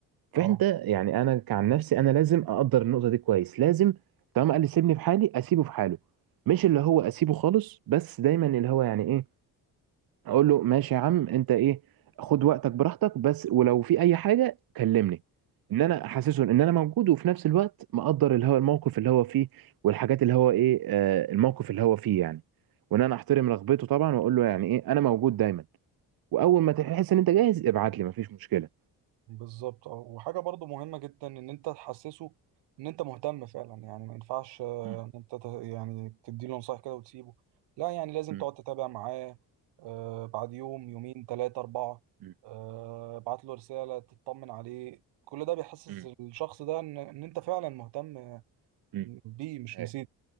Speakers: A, on the right; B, on the right.
A: فانت
B: اه
A: يعني انا كعن نفسي انا لازم اقدر النقطه دي كويس لازم طالما قال لي سيبني في حالي اسيبه في حاله مش اللي هو اسيبه خالص بس دايما اللي هو يعني ايه اقول له ماشي يا عم انت ايه خد وقتك براحتك بس ولو في اي حاجه كلمني ان انا احسسه ان انا موجود وفي نفس الوقت مقدر اللي هو الموقف اللي هو فيه والحاجات اللي هو ايه آه الموقف اللي هو فيه يعني وان انا احترم رغبته طبعا واقول له يعني ايه انا موجود دايما واول ما تحس ان انت جاهز ابعت لي مفيش مشكله
B: بالظبط اه وحاجه برضو مهمه جدا ان انت تحسسه ان انت مهتم فعلا يعني ما ينفعش آه،
A: مم.
B: ان انت ت- يعني تديله نصايح كده وتسيبه لا يعني لازم
A: مم.
B: تقعد تتابع معاه آه، بعد يوم يومين ثلاثه اربعه
A: مم.
B: آه، ابعت له رساله تطمن عليه كل ده بيحسس
A: مم.
B: الشخص ده ان ان انت فعلا مهتم
A: مم.
B: بيه مش
A: ايوه
B: نسيت